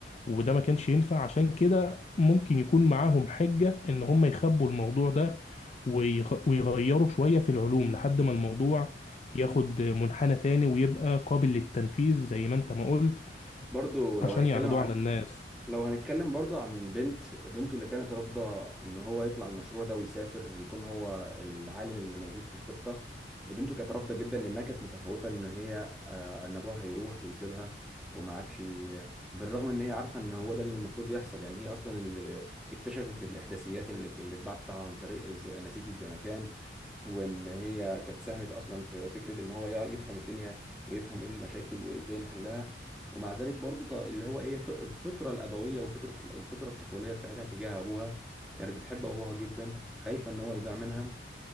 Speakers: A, on the left (about 35°); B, in the centre.
A: وده ما كانش ينفع عشان كده ممكن يكون معاهم حجة ان هم يخبوا الموضوع ده ويغ- ويغيروا شوية في العلوم لحد ما الموضوع ياخد منحنى تاني ويبقى قابل للتنفيذ زي ما انت ما قلت
B: برضو لو
A: عشان
B: هنتكلم
A: يعرضوه
B: عن
A: على الناس
B: لو هنتكلم برضو عن بنت بنته اللي كانت رافضة ان هو يطلع المشروع ده ويسافر يكون هو العالم اللي موجود في الخطة بنته كانت رافضة جدا لانها كانت متخوفة ان هي آه، ان ابوها هيروح ويسيبها وما عادش ي- بالرغم ان هي عارفة ان هو ده اللي المفروض يحصل يعني هي اصلا اللي اكتشفت الاحداثيات اللي اللي اتبعتت عن طريق الز- نسيج الزمكان وان هي كانت ساهمت اصلا في فكره ان هو يفهم الدنيا ويفهم ايه المشاكل وازاي نحلها ومع ذلك برضو ط- اللي هو ايه ف- الفطره الابويه وفطره الفطره الطفوليه بتاعتها تجاه ابوها كانت بتحب ابوها جدا خايفه ان هو يضيع منها